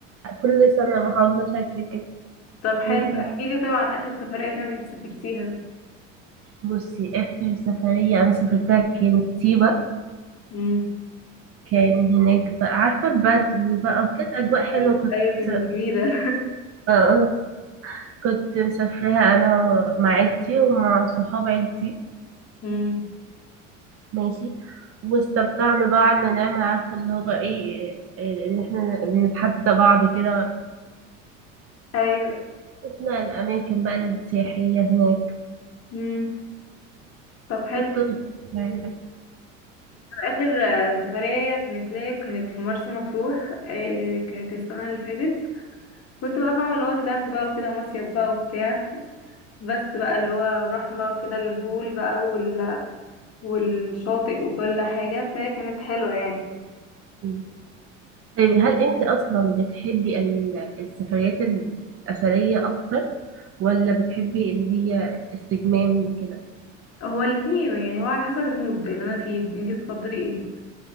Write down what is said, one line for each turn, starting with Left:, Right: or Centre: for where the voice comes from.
Right: كل سنة محافظة شكل كده
Left: طب حلو
Right: ممكن
Left: احكي لي طيب عن اخر سفريه طيب انتي سافرتيها
Right: بصي آخر سفرية أنا سافرتها كانت سيوة
Left: امم
Right: كان هناك بقى عارفة البدو بقى وكانت أجواء حلوة
Left: ايوه
Right: كنت
Left: كانت
Right: آه
Left: جميله
Right: آه. كنت مسافراها أنا مع عيلتي ومع صحاب عيلتي
Left: <laughs> امم
Right: ماشي واستمتعنا بقى قعدنا نعمل عارفة اللي هو بقى إيه إيه، إن إحنا بنتحدى بعض كده
Left: ايوه
Right: شفنا الأماكن بقى السياحية هناك
Left: امم طب حلو
Right: كانت لطيفة. يعني.
Left: آخر آه، سفرية كانت ليا كانت في مرسى مطروح آه، كانت السنة اللي فاتت كنت بقى فاهمة اللي هو طلعت بقى وكده مصيف بقى وبتاع بس بقى اللي هو رحنا بقى كده البول بقى وال... والشاطئ وكل حاجة فهي كانت حلوة يعني
Right: انتي طيب هل انت اصلا بتحبي ال- السفريات الاثريه اكتر ولا بتحبي اللي هي الاستجمام وكده
Left: هو الاتنين يعني هو على حسب المود اللي أنا فيه انتي تفضلي ايه